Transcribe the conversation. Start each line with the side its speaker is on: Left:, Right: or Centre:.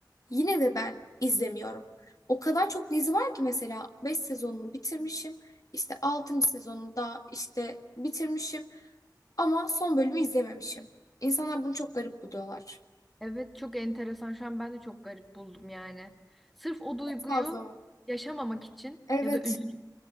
Left: Yine de ben izlemiyorum. O kadar çok dizi var ki mesela 5 sezonunu bitirmişim. İşte altıncı sezonunu da işte bitirmişim ama son bölümü izlememişim. İnsanlar bunu çok garip buluyorlar.
Centre: Evet çok enteresan. Şu an ben de çok garip buldum yani. Sırf o duyguyu
Left: Fazla var.
Centre: yaşamamak için
Left: Evet,
Centre: ya da üzücü